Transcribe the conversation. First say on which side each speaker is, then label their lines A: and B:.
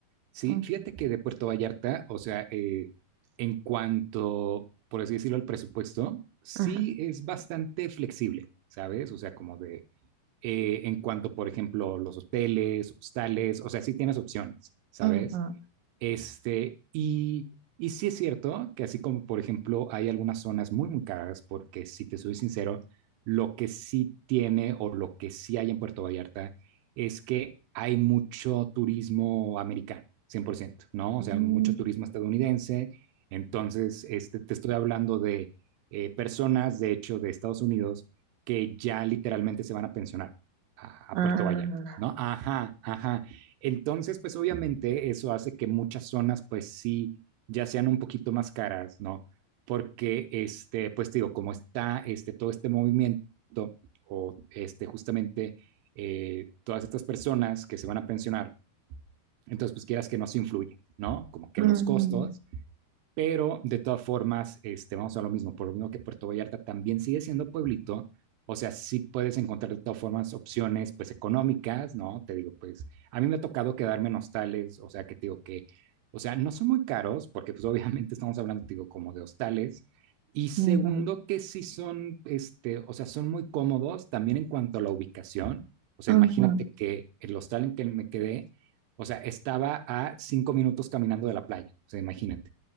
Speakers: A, on the right; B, on the right.
A: Sí,
B: Ujú,
A: fíjate que de Puerto Vallarta, o sea, eh, en cuanto, por así decirlo, al presupuesto, sí
B: ajá,
A: es bastante flexible, ¿sabes? O sea, como de, eh, en cuanto, por ejemplo, los hoteles, hostales, o sea, sí tienes opciones, ¿sabes?
B: ujú,
A: Este, y, y sí es cierto que así como, por ejemplo, hay algunas zonas muy, muy caras, porque si te soy sincero, lo que sí tiene o lo que sí hay en Puerto Vallarta es que hay mucho turismo americano, cien por ciento ¿no?
B: mm,
A: O sea, mucho turismo estadounidense. Entonces, este, te estoy hablando de eh, personas, de hecho, de Estados Unidos, que ya literalmente se van a pensionar a, a
B: ah,
A: Puerto Vallarta, ¿no? Ajá, ajá. Entonces, pues obviamente eso hace que muchas zonas, pues sí, ya sean un poquito más caras, ¿no? Porque, este, pues digo, como está este, todo este movimiento o este, justamente eh, todas estas personas que se van a pensionar, entonces, pues quieras que no se influye, ¿no? Como que
B: ujú,
A: en los costos pero de todas formas, este, vamos a lo mismo, por lo mismo que Puerto Vallarta también sigue siendo pueblito, o sea, sí puedes encontrar de todas formas opciones pues económicas, ¿no? Te digo, pues a mí me ha tocado quedarme en hostales, o sea, que te digo que, o sea, no son muy caros, porque pues <laughs> obviamente estamos hablando, te digo, como de hostales. Y segundo,
B: ujú,
A: que sí son, este, o sea, son muy cómodos también en cuanto a la ubicación. O sea,
B: ujú,
A: imagínate que el hostal en que me quedé, o sea, estaba a cinco minutos caminando de la playa, o sea, imagínate.